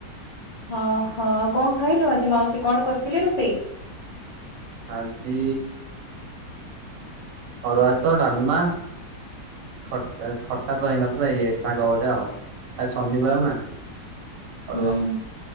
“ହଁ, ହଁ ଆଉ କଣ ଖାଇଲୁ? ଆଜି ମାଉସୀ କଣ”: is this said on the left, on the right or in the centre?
Left